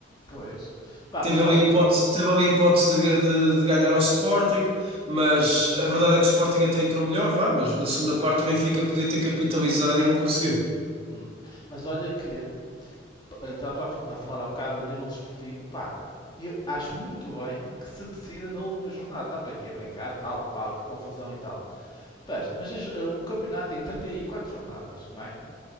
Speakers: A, on the left; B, on the right.
A: pois. Pá,
B: Teve
A: mas eu
B: ali
A: olho que
B: hipótese,
A: tá-
B: teve ali hipótese de, ga- de- de ganhar ao Sporting, mas a verdade é que o Sporting até entrou melhor, vá, mas na segunda parte o Benfica podia ter capitalizado e não conseguiu.
A: Hum. Mas olha que estavas a, fal- a falar há bocado do nível desportivo, pá, eu acho muito bem que se decida na última jornada. Estamos aqui a brincar, tal, pá, que confusão e tal. Pás, mas as- eh, o campeonato tem 34 jornadas, não é?